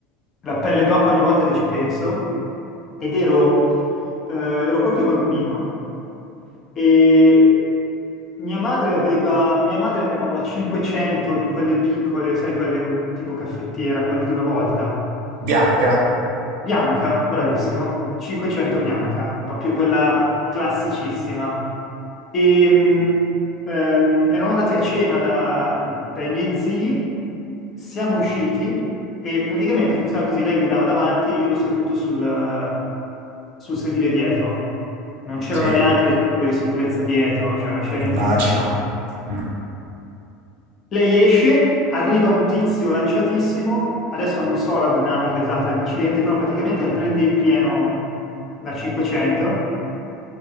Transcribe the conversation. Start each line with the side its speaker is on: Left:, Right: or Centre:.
Left: la pelle d'oca ogni volta che ci penso. Ed ero, eh, ero proprio bambino e mia madre aveva, mia madre aveva una 500 di quelle piccole, sai, quelle un- tipo caffettiera, quelle di una volta.
Right: Bianca?
Left: Bianca, bravissimo. 500 bianca, proprio quella classicissima. E, mh, ehm, eravamo andati a cena da- dai miei zii, siamo usciti e praticamente funziona così, lei guidava davanti e io ero seduto sul, sul sedile dietro. Non c'erano
Right: Sì,
Left: neanche le cinture di sicurezza dietro, cioè non c'era
Right: immagino.
Left: nientissimo.
Right: Mm.
Left: Lei esce, arriva un tizio lanciatissimo, adesso non so la dinamica esatta dell'incidente, però praticamente la prende in pieno da 500